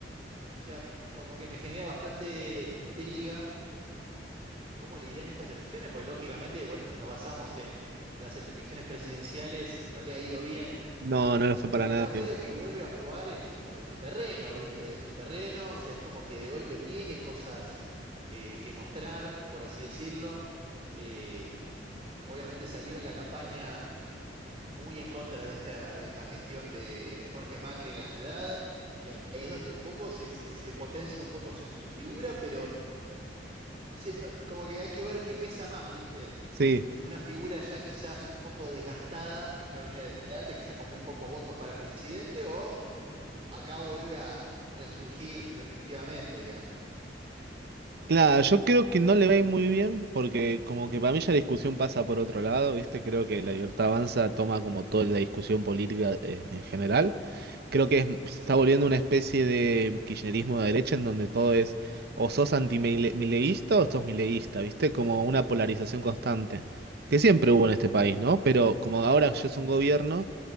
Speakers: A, on the right (about 35°); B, on the right (about 60°).
A: o sea, como que me genera bastante intriga. ¿Cómo le irá en estas elecciones? Porque lógicamente, bueno, si nos basamos en las elecciones presidenciales, no le ha ido bien.
B: No, no lo fue
A: Pero
B: para
A: acá
B: nada
A: medio
B: bien.
A: que vuelve a jugar en su, en su terreno, ¿viste? En su terreno, o sea, es como que de golpe tiene cosas eh, que mostrar, por así decirlo. Eh, obviamente salió en la campaña muy en contra de esta, de esta gestión de, de Jorge Macri en la ciudad, y ahí es donde un poco se, se- se potencia un poco su, su figura, pero no sé, no- como que hay que ver qué pesa más, ¿viste?
B: Sí.
A: Si una figura ya quizás un poco desgastada, que ya venía de de antes, que sacó muy pocos votos para presidente, o Acá vuelve a resurgir definitivamente, digamos.
B: Claro, yo creo que no le va a ir muy bien, porque como que para mí ya la discusión pasa por otro lado, ¿viste? Creo que la libertad avanza toma como toda la discusión política eh, en general. Creo que es- se está volviendo una especie de kirchnerismo de derecha en donde todo es o sos antimileísta o sos mileísta, ¿viste? Como una polarización constante, que siempre hubo en este país, ¿no? Pero como ahora yo soy un gobierno,